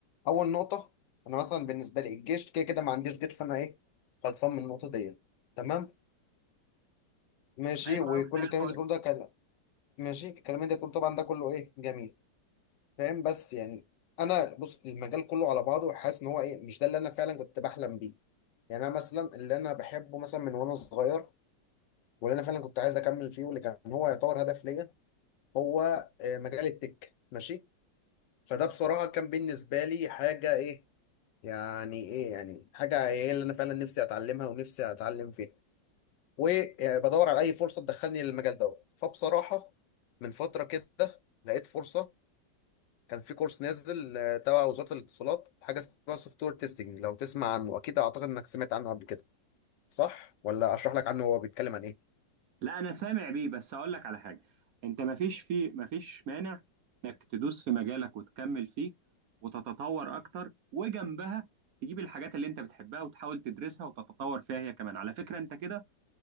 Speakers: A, on the left; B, on the right.
A: اول نقطه انا مثلا بالنسبه لي الجيش كده كده ما عنديش جيش فانا ايه خلصان من النقطه ديت تمام ماشي
B: حلو
A: وكل
B: قوي زي
A: الكلام
B: الفل
A: اللي انت بتقوله ده كلام ماشي الكلام اللي انت بتقوله طبعا ده كله ايه جميل فاهم بس يعني انا بص المجال كله على بعضه حاسس ان هو ايه مش ده اللي انا فعلا كنت بحلم بيه يعني انا مثلا اللي انا بحبه مثلا من وانا صغير واللي انا فعلا كنت عايز اكمل فيه واللي كان هو يعتبر هدف ليا هو آه، مجال التك ماشي فده بصراحه كان بالنسبه لي حاجه ايه يعني ايه يعني حاجه ايه اللي انا فعلا نفسي اتعلمها ونفسي اتعلم فيها وبدور على اي فرصه تدخلني للمجال دوت فبصراحه من فتره كده لقيت فرصه كان في كورس نازل آه، تبع وزاره الاتصالات حاجه اسمها سوفت وير تيستنج لو تسمع عنه اكيد اعتقد انك سمعت عنه قبل كده صح ولا اشرح لك عنه هو بيتكلم عن ايه
B: لا انا سامع بيه بس اقول لك على حاجه انت ما فيش في ما فيش مانع انك تدوس في مجالك وتكمل فيه وتتطور اكتر وجنبها تجيب الحاجات اللي انت بتحبها وتحاول تدرسها وتتطور فيها هي كمان على فكره انت كده